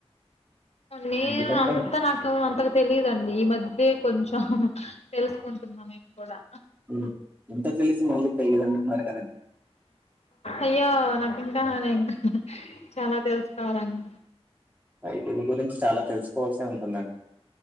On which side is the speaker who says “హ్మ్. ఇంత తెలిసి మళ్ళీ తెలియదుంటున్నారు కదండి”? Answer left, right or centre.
Right